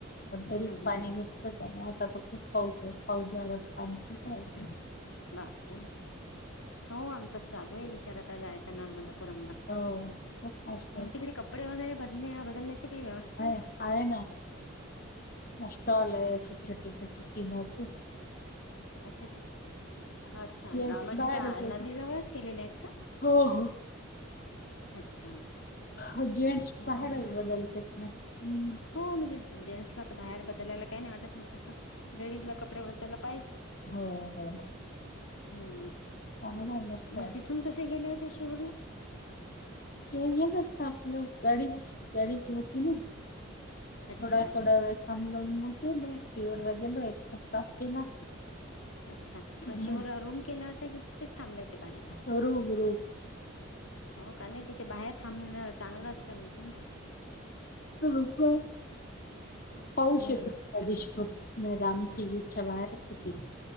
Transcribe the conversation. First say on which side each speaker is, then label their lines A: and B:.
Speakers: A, on the left; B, on the left.
A: पण तरी
B: हम्म हम्म
A: पाणी होत. आता तर खूप पाऊस, पाऊस झाला पाणी खूप रहा ते.
B: बापरे! हो आमचा चालू ए विचार, आता जायचा नांनबंद पूरमला
A: हो खूप मस्त
B: मग तिकडे कपडे वगैरे ब बदलण्याची काही व्यवस्था
A: आहे
B: हाये.
A: आहे स्टॉल ए छोटी छोटी पिनांची
B: अच्छा चल अच्छा
A: जेंट्स
B: म्हणजे
A: बाहेरच
B: त्या
A: आहेत
B: नदीजवळच केलेल्या आहेत. का
A: हो हो.
B: अच्छा.
A: हो जेंट्स
B: हो
A: बाहेरच
B: का
A: बदलतेत ना. हम्म
B: हो म्हणजे जेंट्सला तर बाहेर बदलायला काही नाही वाटत, म कसं लेडीजला कपडे बदलाय.
A: हो हो.
B: हम्
A: चांगलं आहे मस्त
B: मग
A: आहे
B: तिथून कसे गेले होते असे? शर <unintelligible>
A: याच वेगळंच आपलं, गाडीच गाडी घ्यायची ना?
B: अच्छा
A: थोडा थोडा वेळ थांबलो न गेलो म प्युअर् व्हेज गेलो तसाच केला.
B: अच्छा,
A: हम्म.
B: मग <unintelligible> रूम केल्या होत्या की तिथेच थांबले होते बाहेर?
A: हुरूप हुरूप
B: हो का? नाही तिथे बाहेर थांबणं चांगलं असतं म्हणतं ना?
A: <unintelligible> पाऊस
B: हम्म
A: येत होता त्या दिवशी खूप. नायतर आमची इच्छा बाहेरच होती.